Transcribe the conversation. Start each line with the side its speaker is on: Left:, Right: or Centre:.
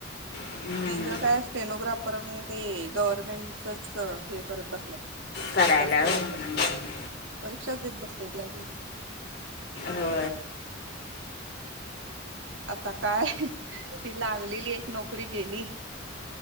Left: हम्म.
Right: ती ज काय स्टेनोग्राफ पण ते गव्हर्मेंटच हे करत बसल्या
Left: करायला
Right: परीक्षा
Left: होय
Right: देत
Left: हम्म.
Right: बसल्या परीक्षाच देत बसले ते अजून
Left: हो
Right: आता काय ती लागलेली एक नोकरी गेली